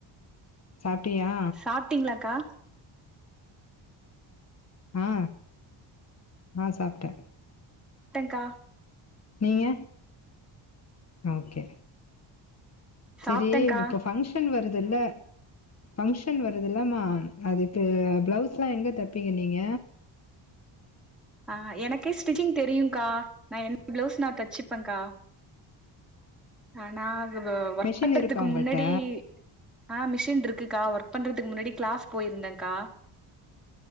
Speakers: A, on the left; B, in the centre.
A: சாப்ட்டியா
B: சாப்ட்டிங்களாக்கா
A: ஆ ஆ சாப்ட்டே
B: ட்டங்கா
A: நீங்க ஓகே
B: சாப்ட்டேன்கா
A: செரி இப்ப பங்க்ஷன் வருதுல்ல ஃபங்க்ஷன் வருதுல்லம்மா அதுக்கு ப்ளவுஸ்லா எங்க தப்பிங்க நீங்க
B: ஆ எனக்கே ஸ்டிச்சிங் தெரியுங்கா நா என் ப்ளவுஸ் நா தச்சுப்பங்கா ஆ நா இது ஒர்க்
A: மிஷின்
B: பண்றதுக்கு
A: இருக்கா உங்கள்ட்ட
B: முன்னாடி ஆ மிஷின் இருக்குக்கா ஒர்க் பண்றதுக்கு முன்னாடி கிளாஸ் போயிருந்தேங்கா